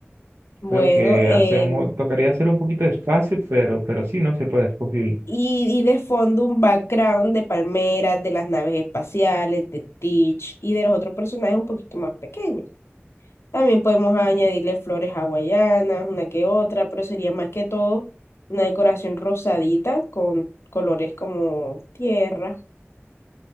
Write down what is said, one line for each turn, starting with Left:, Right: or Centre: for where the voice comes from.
Left: Bueno,
Right: Creo que
Left: eh,
Right: hacemos, tocaría hacer un poquito de espacio, pero, pero sí, no se puede, es posible.
Left: y, y de fondo un background de palmeras, de las naves espaciales, de Stitch y de los otros personajes un poquito más pequeños. También podemos añadirle flores hawaianas, una que otra, pero sería más que todo una decoración rosadita con colores como tierra.